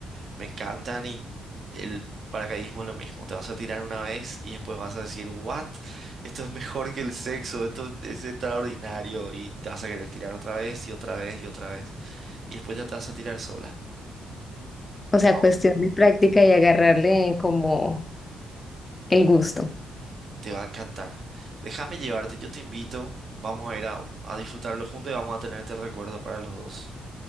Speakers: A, on the right (about 55°); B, on the left (about 30°).
A: me encantan y el paracaidismo es lo mismo. Te vas a tirar una vez y después vas a decir, what? Esto es mejor que el sexo, esto es extraordinario y te vas a querer tirar otra vez y otra vez y otra vez. Y después ya te vas a tirar sola.
B: O
A: Y
B: sea,
A: wao,
B: cuestión de práctica y agarrarle como el gusto.
A: te va a encantar. Déjame llevarte, yo te invito. Vamos a ir a, a disfrutarlo juntos y vamos a tener este recuerdo para los dos,